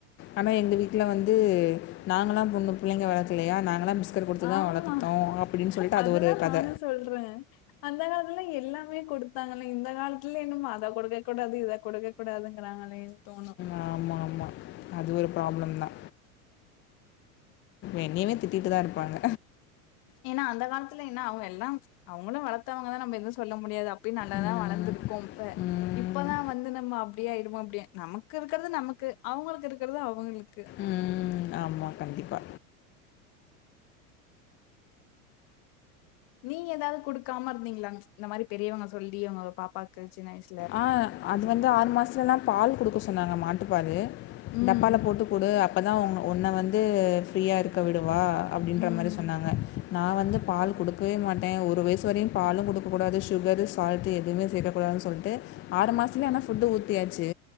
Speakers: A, on the left; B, on the left.
A: ஆனா எங்க வீட்ல வந்து நாங்கலா பொண்ணு புள்ளைங்க வளக்கலயா நாங்கலா பிஸ்கட்டு குடுத்துதா
B: ஆமா
A: வளத்தோ அப்டின்னு சொல்லிட்டு
B: அதுதா
A: அது ஒரு கத
B: நானு சொல்றே அந்த காலத்துல எல்லாமே குடுத்தாங்கில்லிங் இந்த காலத்துல என்னமோ அத கொடுக்க கூடாது இத கொடுக்க கூடாதுங்கிறாங்களேன் தோணு
A: ஆமா ஆமா அது ஒரு ப்ராப்ளம் தா என்னய்மே திட்டிட்டு தா இருப்பாங்க
B: ஏனா அந்த காலத்துல என்ன அவுங்க எல்லாம் அவுங்களு வளத்தவங்கதா நம்ம எது சொல்ல முடியாது அப் பியு நல்லாதா
A: ம்.
B: வளந்திருக்கோம் இப்ப
A: ம்.
B: இப்பதா வந்து நம்ம அப் டியாய்ருமோ இப்டி நமக்கு இருக்கிறது நமக்கு அவுங்களுக்கு இருக்கறது அவுங்களுக்கு
A: ம். ஆமா கண்டிப்பா
B: நீங்க எதாவ்து குடுக்காம இருந்தீங்ளா இந்த மாரி பெரியவங்க சொல்லி உங்க பாப்பாக்கு சின்ன வயசு
A: ஆ அது வந்து ஆறு மாசத்துல எல்லா பால் குடுக்க சொன்னாங்க மாட்டுப்பாலு
B: ம்
A: டப்பால போட்டுக்குடு அப்பதா உங் உன்ன வந்து ஃப்ரீயா இருக்க விடுவா அப்டின்ற
B: ம்
A: மாரி சொன்னாங்க நா வந்து பால் குடுக்கவே மாட்டே ஒரு வயசு வரையு பாலு குடுக்கக்கூடாது சுகர்ரு சால்ட்டு எதுமே சேக்க கூடாதுன் சொல் ட்டு ஆறு மாசத்துலய ஆனா ஃபுட்டு ஊத்தியாச்சு